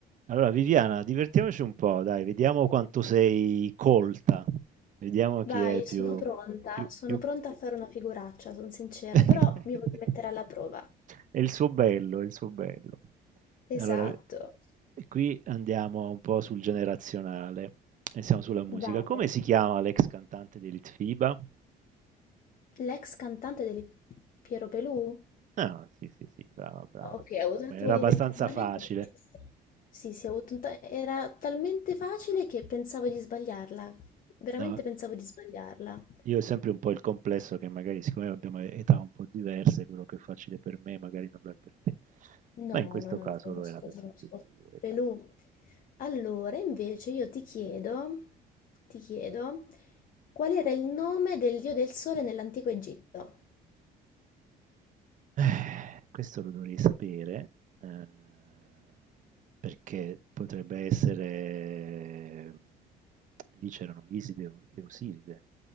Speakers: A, on the right; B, on the left.
A: Allora, Viviana, divertiamoci un po', dai, vediamo quanto sei colta, vediamo chi
B: Vai,
A: è più,
B: sono pronta,
A: più,
B: sono
A: più...
B: pronta a fare una figuraccia, sono sincera,
A: <laughs>
B: però mi voglio mettere alla prova.
A: È il suo bello, è il suo bello. Allora,
B: Esatto.
A: qui andiamo un po' sul generazionale e siamo sulla musica.
B: Vai.
A: Come si chiama l'ex cantante di Litfiba?
B: L'ex cantante del Piero Pelù?
A: Ah, sì, sì, sì, brava, brava.
B: Ok, ho avuto
A: Beh,
B: un attimo
A: era
B: di
A: abbastanza
B: tentennamento.
A: facile.
B: Sì, sì, ho avuto un ta- era talmente facile che pensavo di sbagliarla. Veramente
A: No.
B: pensavo di sbagliarla.
A: Io ho sempre un po' il complesso che magari siccome abbiamo età un po' diverse, quello che è facile per me magari non lo è per te.
B: No,
A: Ma in questo
B: no, no,
A: caso
B: no, conosco,
A: lo era per
B: conosco.
A: tutti e due,
B: Pelù.
A: dai. insomma.
B: Allora, invece io ti chiedo, ti chiedo, qual era il nome del dio del sole nell'antico Egitto?
A: Eh, Questo lo dovrei sapere, ehm, perché potrebbe essere... Lì c'erano Iside e Osiride,